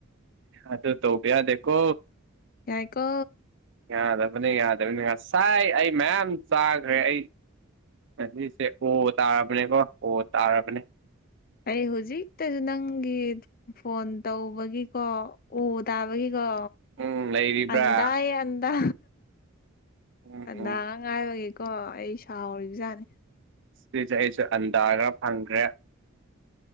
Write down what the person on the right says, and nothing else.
ꯑꯗꯨ ꯇꯧꯕ ꯌꯥꯗꯦꯀꯣ
ꯌꯥꯗꯕꯅꯤ ꯌꯥꯗꯕꯅꯤ ꯉꯥꯁꯥꯏ ꯑꯩ ꯃꯌꯥꯝ ꯆꯥꯈ꯭ꯔꯦ ꯑꯩ ꯉꯥꯁꯤꯁꯦ ꯑꯣ ꯇꯥꯔꯕꯅꯦꯀꯣ ꯑꯣ ꯇꯥꯔꯕꯅꯦ
ꯎꯝ ꯂꯩꯔꯤꯕ꯭ꯔꯥ
ꯎꯝ
ꯎꯝ
ꯁꯤꯁꯦ ꯑꯩꯁꯨ ꯑꯟꯗꯥ ꯈ꯭ꯔ ꯐꯪꯈ꯭ꯔꯦ